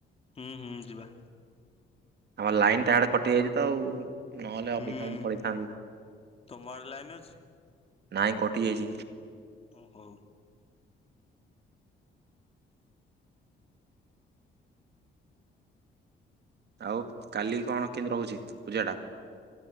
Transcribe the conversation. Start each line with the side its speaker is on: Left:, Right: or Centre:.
Left: ହୁଁ, ହୁଁ ଯିବା
Right: ଆମ ଲାଇନ ଟା ଆଡେ କଟି ଯାଇଛି ତ ଆଉ ନହେଲେ
Left: ହୁଁ
Right: ଅପିକମ ପଡିିଥାନ୍ତି <unintelligible>
Left: ତମ ଆଡେ ଲାଇନ ଅଛି?
Right: ନାହିଁ କଟିଯାଇଛି
Left: ଓ ହଉ
Right: ଆଉ କାଲି କଣ କେମିତି ରହୁଛି ପୂଜା ଟା